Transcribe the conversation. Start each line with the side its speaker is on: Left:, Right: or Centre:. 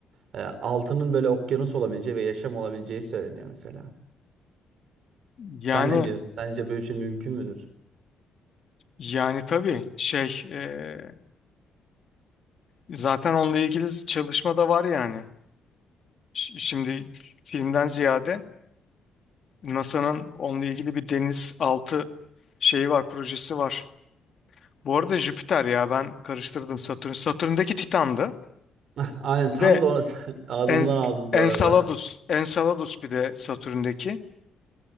Right: Ee, altının böyle okyanus olabileceği ve yaşam olabileceği söyleniyor mesela.
Left: Yani
Right: Sen ne diyorsun? Sence böyle bir şey mümkün müdür? <laughs>
Left: yani tabii şey e, zaten onunla ilgili çalışma da var yani. Ş- Şimdi filmden ziyade NASA'nın onunla ilgili bir deniz altı şeyi var projesi var. Bu arada Jüpiter ya ben karıştırdım Satürn. Satürn'deki Titan'dı.
Right: Ah, Aynen
Left: Bir
Right: tam
Left: de
Right: da o- <laughs> ağzımdan
Left: En,
Right: aldın bu
Left: Enceladus.
Right: arada.
Left: Enceladus bir de Satürn'deki.